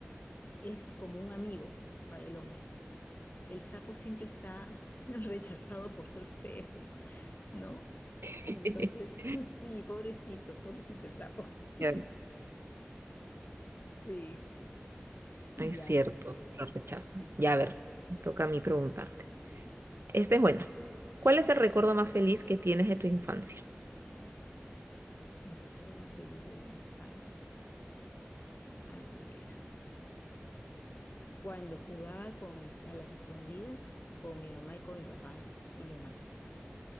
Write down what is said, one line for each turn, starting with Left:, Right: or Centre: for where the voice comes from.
Left: es como un amigo para el hombre. El sapo siempre está <laughs> rechazado por ser feo, ¿no?
Right: <laughs>
Left: Entonces, <laughs> sí, pobrecito, pobrecito el sapo. <laughs>
Right: Ya,
Left: Sí, ya.
Right: Es cierto, lo rechaza.
Left: sí.
Right: Ya, a ver, me toca a mí preguntarte. Esta es buena. ¿Cuál es el recuerdo más feliz que tienes de tu infancia?
Left: El recuerdo más feliz de mi infancia. A ver, cuando jugaba con mis, a las escondidas con mi mamá y con mi papá y mi hermano.